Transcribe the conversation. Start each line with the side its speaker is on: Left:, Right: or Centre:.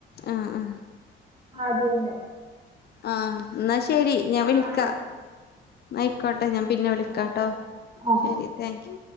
Left: ആ ആ
Right: ആ അത് തന്നെ
Left: ആഹ ന്നാ ശെരി ഞാൻ വിളിക്ക
Right: ആ എന്നാ ശരി
Left: ആയിക്കോട്ടെ ഞാൻ പിന്നെ വിളിക്കാട്ടോ
Right: ആ ശരി എന്നാൽ ആ
Left: ശരി താങ്ക് യു